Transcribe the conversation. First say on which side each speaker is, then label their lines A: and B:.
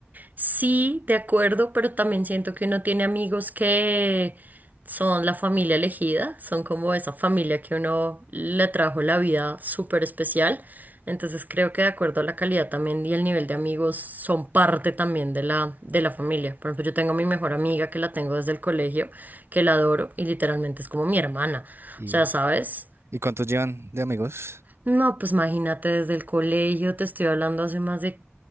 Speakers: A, on the right; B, on the right.
A: Sí, de acuerdo, pero también siento que uno tiene amigos que son la familia elegida, son como esa familia que uno le trajo la vida súper especial. Entonces creo que de acuerdo a la calidad también y el nivel de amigos son parte también de la, de la familia. Por ejemplo, yo tengo a mi mejor amiga que la tengo desde el colegio, que la adoro y literalmente es como mi hermana.
B: ¿Y,
A: O sea, ¿sabes?
B: y cuántos llevan de amigos?
A: No, pues imagínate desde el colegio, te estoy hablando hace más de